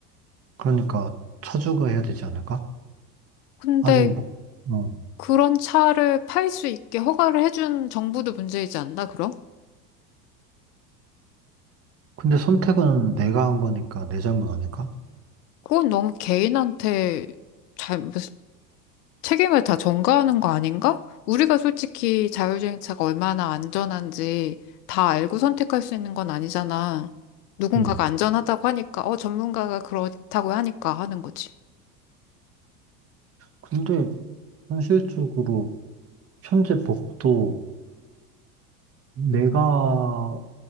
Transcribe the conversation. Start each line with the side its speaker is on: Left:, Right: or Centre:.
Right: 그러니까 차주가 해야 되지 않을까?
Left: 근데
Right: 아직 뭐, 어.
Left: 그런 차를 팔 수 있게 허가를 해준 정부도 문제이지 않나, 그럼?
Right: 근데 선택은 내가 한 거니까 내 잘못 아닐까?
Left: 그건 너무 개인한테 잘, 무슨 책임을 다 전가하는 거 아닌가? 우리가 솔직히 자율주행차가 얼마나 안전한지 다 알고 선택할 수 있는 건 아니잖아. 누군가가
Right: 음.
Left: 안전하다고 하니까, 어, 전문가가 그렇다고 하니까 하는 거지.
Right: 근데 현실적으로 현재 법도 내가